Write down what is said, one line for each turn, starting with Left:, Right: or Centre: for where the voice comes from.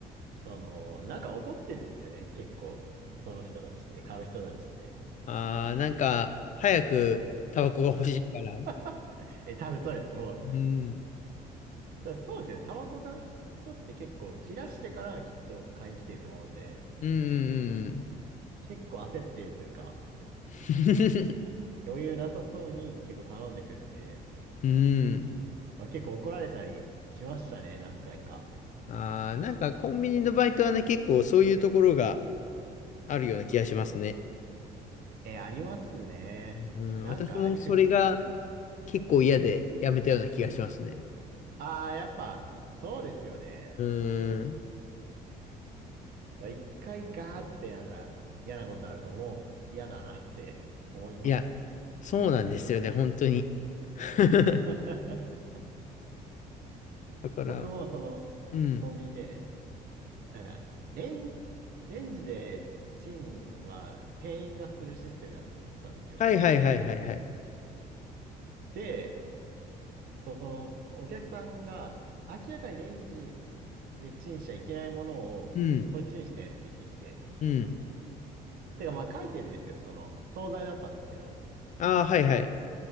Right: その、なんか怒ってるんですよね、結構。その人たちって、買う人たちって。
Left: ああー、なんか、早くタバコが欲しいから。
Right: <laughs> え、多分そうです。もう、
Left: うん。
Right: 多分そうですよ。タバコ買う人って結構切らしてからきっと買いに来てると思うんで、
Left: うんうんうん
Right: 結構焦ってるというか、
Left: うん。<laughs>
Right: 余裕なさそうに結構頼んでくるんで、
Left: うん。
Right: まあ、結構怒られたりしましたね、何回か。
Left: ああ、なんかコンビニのバイトはね、結構そういうところがあるような気がしますね。
Right: え、ありますね。
Left: うん。
Right: なんか理不尽な目にある。
Left: 私もそれが結構嫌でやめたような気がしますね。
Right: ああ、やっぱ、そうですよね。
Left: うん。
Right: だから一回ガーってなんか嫌なことあるともう嫌だなって思いますね。
Left: いや、そうなんですよね、本当に。<laughs>
Right: <laughs>
Left: だから、
Right: 僕もそのコンビニで、
Left: うん。
Right: なんかレン、レンジでチンは店員がするシステムだったんですよ。
Left: はいはいはいはいはい。
Right: で、そこのお客さんが明らかにレンジでチンしちゃいけないものをこれチンしてって言ってきて、
Left: うん。うん。
Right: てかまあ書いてるんですよ。その惣菜だったんですけど、
Left: ああ、はいはい。